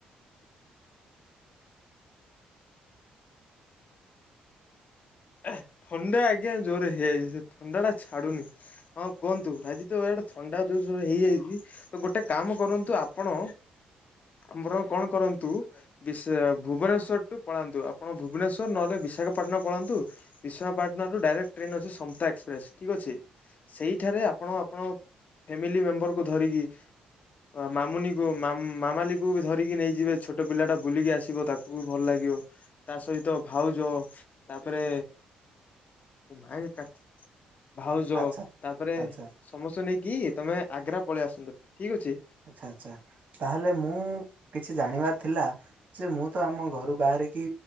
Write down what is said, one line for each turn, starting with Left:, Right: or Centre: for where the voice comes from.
Left: ହ ଥଣ୍ଡା ଆଜ୍ଞା ଜୋରେ ହେଇଯାଇଛି ସେ ଥଣ୍ଡା ଟା ଛାଡୁନି। ହଁ କୁହନ୍ତୁ ଆଜି ତ ଏଇଆଡେ ଥଣ୍ଡା ଜୋ ହେଇଯାଇଛି। ତ ଗୋଟେ କାମ କରନ୍ତୁ ଆପଣ। ଆମର କଣ କରନ୍ତୁ ବି ଭୁବନେଶ୍ଵର ଟୁ ପଳାନ୍ତୁ ଆପଣ। ଭୁବନେଶ୍ୱର ନହେଲେ ବିଶାଖାପାଟଣା ପଳନ୍ତୁ। ବିଶାପାଟଣା ରୁ ଡାଇରେକ୍ଟ ଟ୍ରେନ୍ ଅଛି ସମ୍ନ୍ତା ଏକ୍ସପ୍ରେସ, ଠିକ ଅଛି? ସେଇଠାରେ ଆପଣ ଆପଣ ଫ୍ୟାମିଲି ମେମ୍ବରକୁ ଧରିକି। ମାମୁନିକୁ ମାମାଲିକୁ ଧରିକି ନେଇଯିବେ ଛୋଟ ପିଲା ଟା ବୁଲିକି ଆସିବ ତାକୁ। ଭଲ ଲାଗିବ। ତା ସହିତ ଭାଉଜ ତାପରେ ମା କା ଭାଉଜ
Right: ଆଚ୍ଛା।
Left: ତାପରେ
Right: ଆଚ୍ଛା
Left: ସମସ୍ତେ ନେଇକି ତମେ ଆଗ୍ରା ପଳେଇ ଆସନ୍ତ ଠିକ ଅଛି।
Right: ଆଛା ଆଚ୍ଛା ତାହେଲେ ମୁଁ କିଛି ଜାଣିବାର ଥିଲା। ଯେ ମୁଁ ତ ଆମ ଘରୁ ବାହାରିକି